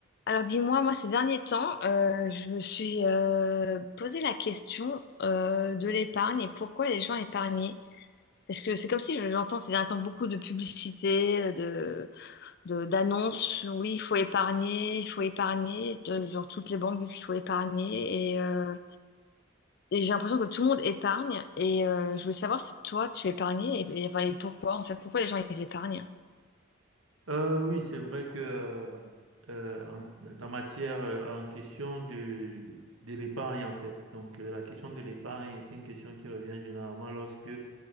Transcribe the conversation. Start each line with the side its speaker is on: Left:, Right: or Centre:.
Left: Alors dis-moi, moi ces derniers temps, euh, je me suis euh, posé la question euh, de l'épargne et pourquoi les gens épargnaient. Parce que c'est comme si je- j'entends ces derniers temps beaucoup de publicités, euh, de, de- d'annonces, oui, il faut épargner, il faut épargner. De- genre toutes les banques disent qu'il faut épargner. Et, euh, et j'ai l'impression que tout le monde épargne. Et euh, je voulais savoir si toi tu épargnais et, et- enfin, et pourquoi en fait, pourquoi les gens ils épargnent.
Right: Euh, oui, c'est vrai que euh, euh, en- la matière euh, en question de, de l'épargne, en fait. Donc, euh, la question de l'épargne est une question qui revient généralement lorsque